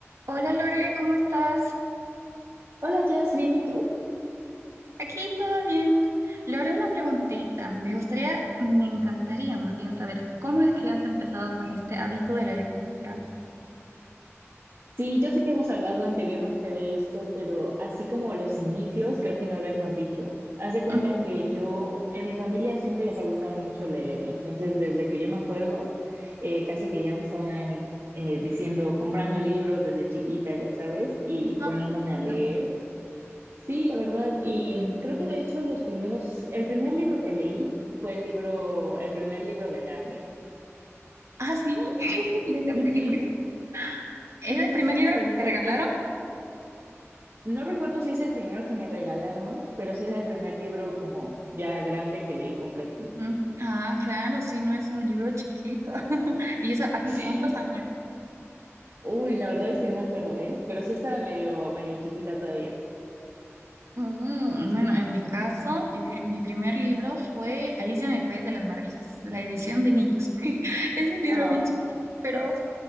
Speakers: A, on the right; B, on the right.
A: Hola Lore, ¿cómo estás?
B: Hola, Jess, ¿bien y tú?
A: Aquí todo bien. Lore, una preguntita. Me gustaría, me encantaría más bien saber cómo es que has empezado con este hábito de la lectura.
B: Sí, yo sé que hemos hablado anteriormente de esto, pero así como los inicios, creo que no lo hemos dicho. Haz de cuenta
A: Ujú.
B: que yo, en mi familia siempre les ha gustado mucho leer, entonces desde que yo me acuerdo, eh, casi que ya me estaban eh, diciendo, comprando libros desde chiquita, ya sabes, y
A: Ay,
B: poniéndome
A: qué lindo.
B: a leer. Sí, la verdad, y creo que de hecho los primeros, el primer libro que leí fue el libro, el primer libro de Narnia.
A: Ah, sí, <laughs> linda
B: Ujú.
A: película. ¿Es
B: Sí,
A: el
B: no
A: primer
B: sé cómo
A: libro
B: empezaste
A: que te regalaron?
B: tú. No recuerdo si es el primero que me regalaron, pero sí es el primer libro como ya grande que leí completo.
A: Ujú.
B: <laughs>
A: Ah, claro, sí, no es un libro chiquito. <laughs> ¿Y eso a tus
B: Sí.
A: cuántos años?
B: Uy, la verdad es que no me acuerdo, ¿eh? Pero sí estaba medio, medio chiquita todavía.
A: Mm, Bueno, en mi caso, mi, pri- mi primer libro fue Alicia en el País de las Maravillas, la edición de niños. <laughs> Es un libro
B: Ah,
A: bien chiquito, pero